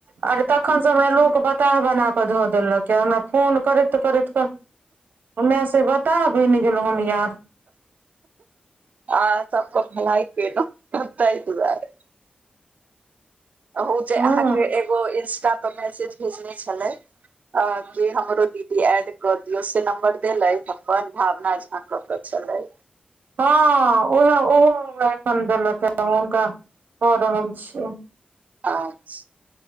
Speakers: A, on the right (about 70°); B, on the right (about 50°).
A: अरे तखन स वेह लोक बताह बना बटूवा देलक ये हमरा फोन करैत करैत क ओइमे से बताह बैन गेलहुँ हे याद
B: ए तब तो भलाई के लौ तय दुआरे <unintelligible> अहू जे
A: हँ
B: अहाँके एगो इंस्टा पर मैसेज भेजने छलै अ के हमरो दीदी एड कऽ दियौ से नम्बर देलै अपन भावना झा ओत् छलइ
A: हँ उह ओहो हम एखन देलकहु हुनका कऽ रहल छीयै
B: आछ